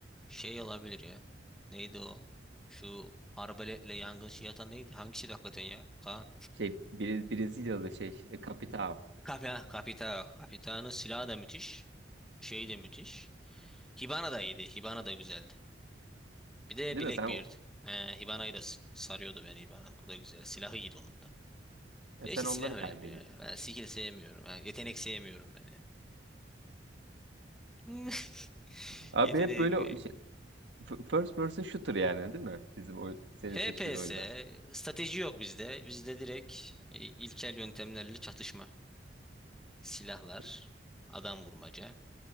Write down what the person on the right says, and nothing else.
Şey, Brez- Brezilyalı şey, e, Capitão.
Değil
mi? Sen
Ya
sen onları
tercih
ediyorsun.
<laughs> Abi
hep böyle o- şey- f- first person shooter yani değil mi? Bizim oyun, senin
seçtiğin oyunlar.
Pe-